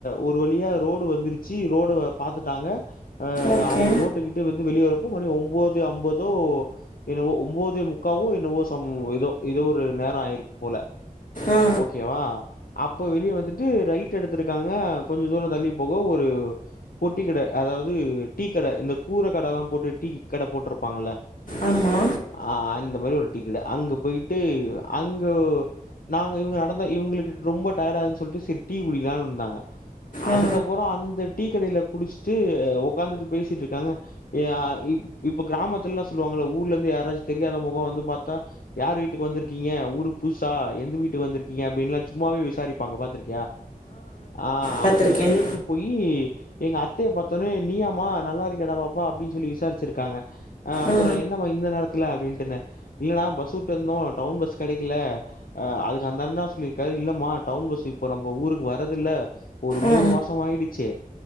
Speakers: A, on the left; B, on the left.
A: ஒரு வழியா ரோடு வந்துருச்சு ரோடு பாத்துட்டாங்க அ
B: ஓகே
A: அவுங்க ரோட்டுக்கிட்ட வந்து வெளியெரப்போ மணி ஒம்போது அம்பதோ என்னவோ ஒம்பதே முக்காவோ என்னவோ சம் எதோ இதோ ஒரு நேரஆயிருக்போல
B: ஆ
A: ஓக்கேவா அப்ப வெளியே வந்துட்டு ரைட் எடுத்துருக்காங்க கொஞ்சொ தூர தள்ளி போக ஒரு பொட்டிகட அதாவ்து டீ கட இந்த கூரகடல்லா போட்டு டீ கடை போட்ருப்பாங்கல்ல
B: ஆம்மா
A: ஆஹ் அந்த மாரி ஒரு டிக்கெட்டு அங்க போயிட்டு அங்க நாங்க இவங்க நடந்தா இவுங்களுக்கு ரொம்ப டயர்ட ஆகுதுன்னு சொல்லிட்டு செரி டீ குடிலானு இருந்தாங்க
B: ஆ
A: அதுக்கப்புறோம் அந்த டீ கடையில குடிச்சுட்டு உக்காந்துட்டு பேசிட்டு இருக்காங்க ய ப் இப்ப கிராமத்துல எல்லாம் சொல்லுவாங்கள ஊர்ல இருந்து யாராச்சும் தெரியாத முகோம் வந்து பாத்தா யார் வீட்டுக்கு வந்திருக்கீங்க ஊருக்கு புதுசா எந்த வீட்டுக்கு வந்துருக்கீங்க அப்டின்னுல்லாம் சும்மாவே விசாரிப்பாங்க பாத்திர் ஆ
B: பார்த்துருக்கேன்
A: அப்பிடி தேக்கும் போய்யி எங்க அத்தைய பாத்தோனே நீயாமா நல்லா இருக்கியாடா பாப்பா அப்டின்னு சொல்லி விசாரிச்சிருக்காங்க அ அப்புறோம்
B: ஆ
A: என்னம்மா இந்த நேத்துல அப்டின்டுனு இல்லன்னா பஸ் வுட்டு இருந்தோம் டவுன் பஸ் கெடைக்கல அ அதுக்கு அந்த அண்ணா சொல்லிருக்காரு இல்லமா டவுன் பஸ்ஸூ இப்ப நம்ம ஊருக்கு வரது இல்ல ஒரு மூணு
B: ஆ
A: மாசோம் ஆய்டுச்சு